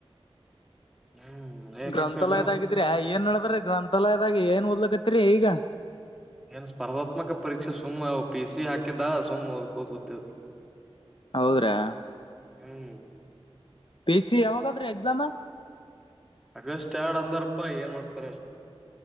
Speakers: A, in the centre; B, on the left.
A: ಹ್ಮ್ ಏನ್
B: ಗ್ರಂಥಾಲಯದಾಗಿದ್ರೆ
A: ನಡ್ಸಿರಿ ನೀವು
B: ಏನ್ ಹೇಳ್ದ್ರ ಗ್ರಂಥಾಲಯದಾಗ ಒಲ್ಲಗತರೆ ಈಗ
A: ಏನ್ ಸ್ಪರ್ಧಾತ್ಮಕ ಪರೀಕ್ಷೆ ಸುಮ್ ಪಿ ಸಿ ಹಾಕಿದ್ದ ಸುಮ್ ಓದ್ಕೋದ್ ೊತ್
B: ಹೌದ್ರಾ
A: ಹ್ಮ್
B: ಪ ಸಿ ಯಾವಾಗಾದ್ರೀ ಎಕ್ಸಾಮ
A: ಅಗಷ್ಟ ಆಡ್ ಅಂದಾರಪ ಏನ್ ಮಾಡ್ತಾರ